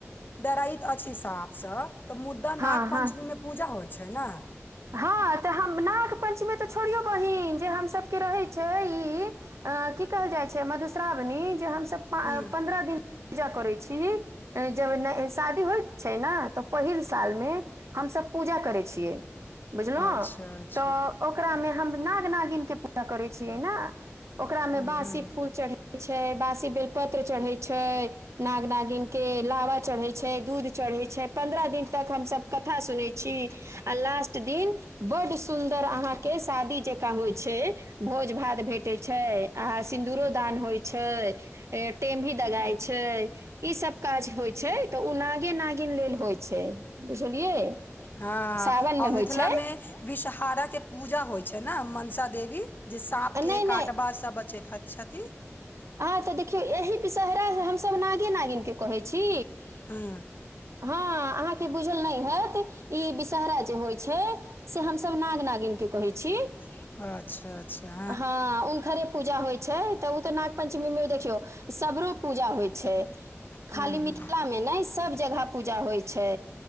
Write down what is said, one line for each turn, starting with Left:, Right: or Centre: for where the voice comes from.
Left: डराइत अछि सपसँ तऽ मुद्दा
Right: हँ
Left: नाग पंचमी
Right: हँ
Left: मे पूजा होइ छै न
Right: हँ तऽ हम नाग पञ्चमी तऽ छोड़ियौ बहीन जे हमसभके रहैत छै ई अ की कहल जाइ छै मधुश्रावणी जे हमसभ
Left: ह्म
Right: पन्द्रह दिन पूजा करै छी जब ने शादी होइ छै ने तऽ पहिल साल मे हमसब पूजा करै छियै बुझलौ
Left: अच्छा अच्छा
Right: तऽ ओकरामे हम नाग नागिन के पूजा करै छियै ने ओकरामे
Left: ह्म
Right: बासी
Left: ह्म
Right: फूल चढ़ै छै बासी बेलपत्र चढ़ै छै नाग नागिनके लावा चढ़ै छै दूध चढ़ै‌ छै पन्द्रह दिन तक हमसभ कथा सुनै छी
Left: जी
Right: आ लास्ट दिन बड सुंन्दर अहा के शादी जेकाँ होइ छै भोज भात भेटै छै <unintelligible> सिन्दरो दान होइ छै टेमी दगााय छै ई सब काज होइ छै तऽ ओ नागे नागिन लेल होइ छै बुझलियै
Left: हँ
Right: सावन
Left: आओर
Right: मे
Left: मिथिलामे
Right: होइ छै
Left: विषहारा के पूजा होय छै ने मनसा देवी जे सााँप के
Right: नहि
Left: काट बचैत है छथी
Right: हह तऽ देखियौ एहि वीषहरा हमसभ नागे नागीन के कहै छी
Left: <inaudible>
Right: हँ अहाँ के बूझल नै हैत ई विषहरा जे होइ छै से हमसब नाग नागिन के कहै छी
Left: छी अच्छा अच्छा
Right: हँ उनखरे पूजा होइ छै तऽ ओ तऽ नाग पञ्चमी मे देखियौ सबरो पूजा होइ छै
Left: हूँ
Right: खाली
Left: हूँ
Right: मिथिला मे नै सब जगह पूजा होइ छै